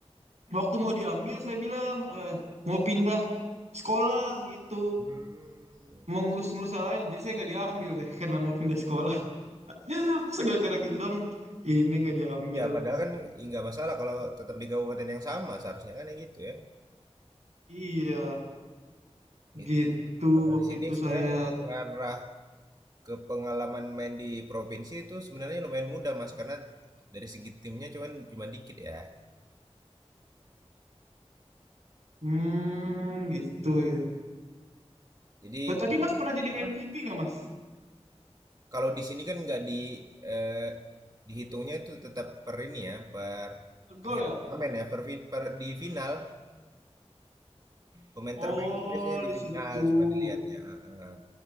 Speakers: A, on the right (about 90°); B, on the right (about 35°).
A: waktu mau diambil saya bilang eh, mau pindah sekolah gitu,
B: Hmm.
A: mau ngurus-ngurus hal lain. Jadi saya nggak diambil deh karena mau pindah sekolah. <laughs> Masa gara gitu dong, ini nggak diambil.
B: Ya, padahal kan i- nggak masalah kalau tetap di kabupaten yang sama seharusnya kan yang gitu ya.
A: Iya,
B: Gitu.
A: gitu
B: Kalau
A: waktu
B: di sini
A: itu
B: sebenarnya
A: saya.
B: untuk ngarah ke pengalaman main di provinsi itu sebenarnya lumayan mudah Mas karena dari segi timnya cuman cuman dikit ya.
A: Hmm, gitu ya.
B: Jadi
A: But tadi Mas pernah jadi
B: apa?
A: MVP nggak Mas?
B: Kalau di sini kan nggak di eh, dihitungnya itu tetap per ini ya per
A: Gol
B: akhir
A: ya?
B: turnamen ya per, fi- per di final pemain
A: Oh,
B: terbaik itu biasanya di
A: di situ.
B: final cuman dilihatnya. heeh.